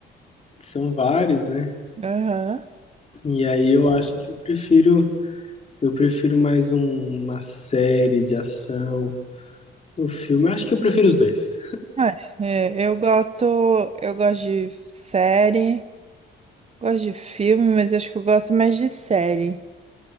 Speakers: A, on the left; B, on the right.
A: São vários, né?
B: Aham.
A: E aí eu acho que eu prefiro... Eu prefiro mais um- uma série de ação. O filme, eu acho que eu prefiro os dois.
B: Ah, É, eu gosto, eu gosto de série. Gosto de filme, mas acho que eu gosto mais de série.